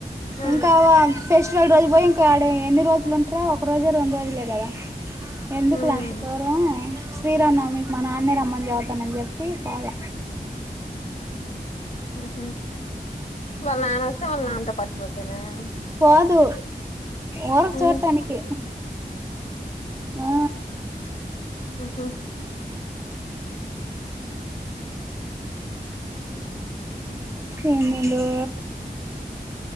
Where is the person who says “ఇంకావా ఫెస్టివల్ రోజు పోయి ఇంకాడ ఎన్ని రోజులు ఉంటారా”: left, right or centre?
Right